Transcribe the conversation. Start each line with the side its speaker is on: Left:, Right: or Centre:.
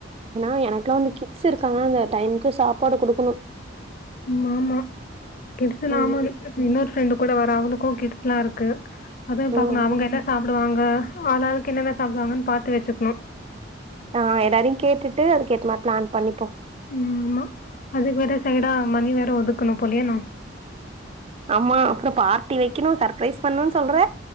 Right: நா எனக்குலா அன்னிக்கி ஸ் இருக்காங்கல டைம்கு சாப்பாடு குடுக்கணூ
Left: ம் ஆமா கிட்ஸ் இல்லாம
Right: ம்.
Left: இன்னொரு ஃப்ரெண்டு கூட வரா அவளூ க கிட்ஸ்லா இருக்கு அதுவும்
Right: ம்.
Left: பாக்கணு அவங்க
Right: ம்.
Left: என்ன சாப்டுவாங்க ஆளாளுக்கு என்னென்ன சாப்டுவாங்கன்னு பாத்து வச்சுக்கணு
Right: ஆஹ் எல்லாரயு கேட்டுட்டு அதுக்கு ஏத்த மாரி பிளான் பண்ணிப்போ
Left: ம் ஆமா அதுக்கு வேற சைடா மணி வேற ஒதுக்கணு போலயே நா
Right: ஆமா அப்புறோ பார்ட்டி வைக்கணு சர்ப்ரைஸ் பண்ணு சொல்ற